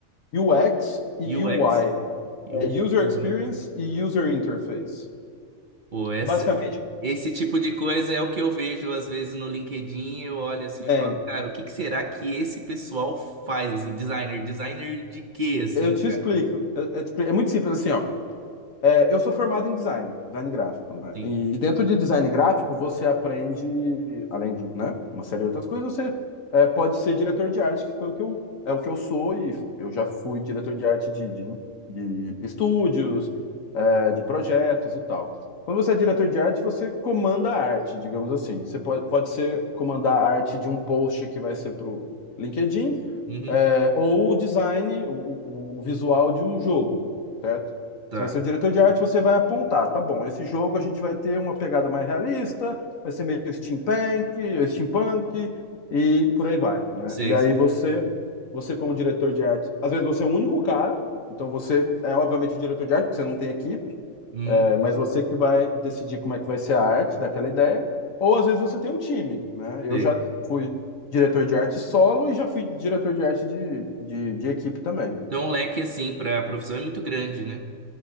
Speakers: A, on the left (about 75°); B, on the right (about 45°).
A: UX e
B: UX.
A: UI, é
B: U,
A: User
B: U,
A: Experience
B: né?
A: e User Interface.
B: Pô, essa,
A: Basicamente,
B: Esse tipo de coisa é o que eu vejo às vezes no LinkedIn. Eu olho assim
A: é,
B: e falo, cara, o que que será que esse pessoal faz assim? Designer, designer de quê assim,
A: Eu te
B: cara?
A: explico. Eu- eu te expli- é muito simples assim, ó. É, eu sou formado em design, design gráfico, né?
B: Sim.
A: E dentro de design gráfico, você aprende, além de, né, uma série de outras coisas, você é, pode ser diretor de arte, que foi o que eu, é o que eu sou, e eu já fui diretor de arte de, de, de estúdios, é, de projetos e tal. Quando você é diretor de arte, você comanda a arte, digamos assim. Você pode, pode ser comandar a arte de um post que vai ser para o LinkedIn,
B: Uhum.
A: é, ou o design, o, o o visual de um jogo, certo?
B: Tá.
A: Você vai ser o diretor de arte, você vai apontar, tá bom, esse jogo a gente vai ter uma pegada mais realista, vai ser meio steampunk, steampunk e por aí vai, né?
B: Sei.
A: E aí
B: sei.
A: você, você como diretor de arte, às vezes você é o único cara, então você é obviamente o diretor de arte, porque você não tem equipe,
B: Uhum.
A: é, mas você que vai decidir como é que vai ser a arte daquela ideia, ou às vezes você tem um time, né? Eu
B: Sei.
A: já fui diretor de arte solo e já fui diretor de arte de, de, de equipe também.
B: Então o leque assim para a profissão é muito grande, né?